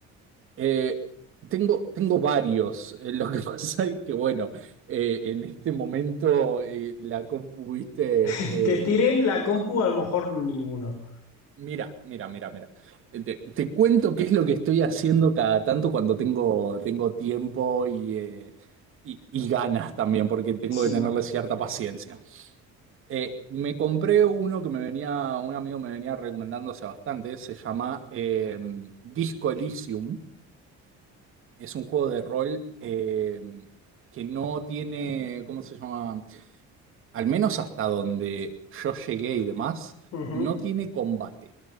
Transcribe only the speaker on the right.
Eh, tengo, tengo varios. Eh, Lo que <laughs> pasa es que, bueno, eh, en este momento eh, la compu, ¿viste?
Eh,
Mira, mira, mira, mira. Eh, Te, te cuento qué es lo que estoy haciendo cada tanto cuando tengo, tengo tiempo y, eh, y, y ganas también, porque tengo
que tenerle cierta paciencia. Eh, me compré uno que me venía, un amigo me venía recomendando hace bastante, se llama eh, Disco Elysium. Es un juego de rol eh, que no tiene, ¿cómo se llama? al menos hasta donde yo llegué y demás,
no tiene combate.